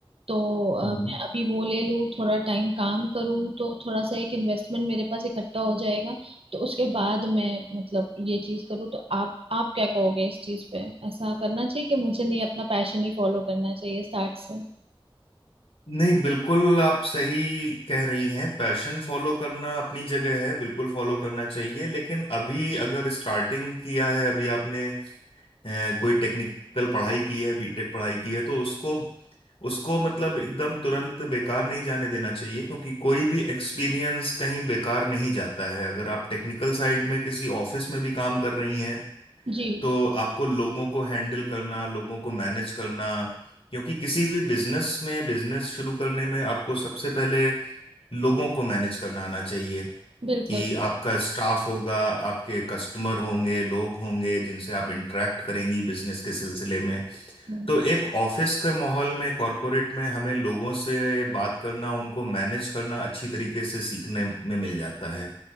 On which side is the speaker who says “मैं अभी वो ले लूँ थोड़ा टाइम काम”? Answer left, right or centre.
Right